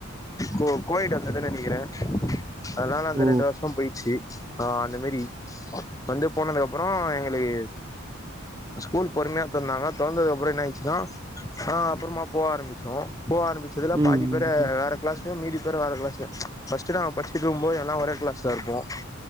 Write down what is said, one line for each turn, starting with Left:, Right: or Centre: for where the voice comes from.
Left: கோ-கோவிட் வந்ததுன்னு நெனைக்கிறே அதனால அந்த
Right: ஓ
Left: ரெண்டு வருஷம் போயிடுச்சு ஆஹ் அந்த மாதிரி வந்து போனதுக்கு அப்புறம் எங்களுக்கு ஸ்கூல் பொறுமையா தொறந்தகா தொறந்ததுக்கு அப்புறம் என்ன ஆச்சுன்னா ஆஹ் அப்புறமா போக ஆரம்பிச்சோ போக ஆரம்பிச்சதுல
Right: ம்
Left: பாதி பெற
Right: ம்
Left: வேற கிளாஸ் மீதி பேர் வேர கிளாஸ்ல பஸ்டுதா பஸ்டுக்குஇருக்கும்போது எல்லாம் ஒரே கிளாஸ்ல இருப்போம்